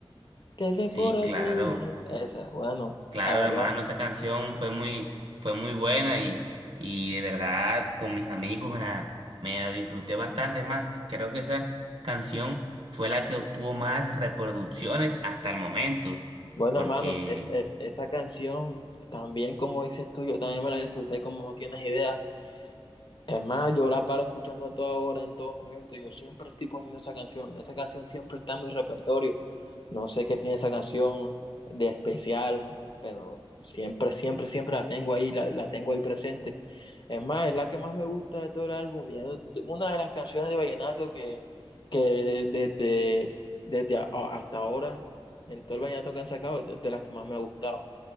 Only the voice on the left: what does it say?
¿Qué haces
por aquí?
Esa, bueno,
la verdad.
Bueno,
hermano, es, es- esa canción también, como dices tú, yo también me la disfruté como no tienes idea. Es más, yo la paro escuchando a toda hora, en todo momento. Yo siempre estoy poniendo esa canción. Esa canción siempre está en mi repertorio. No sé qué tiene esa canción de especial, pero siempre, siempre, siempre la tengo ahí, la, la tengo ahí presente. Es más, es la que más me gusta de todo el álbum. Y es una de las canciones de vallenato que, que desde, desde a- hasta ahora, en todo el vallenato que han sacado, es de las que más me ha gustado.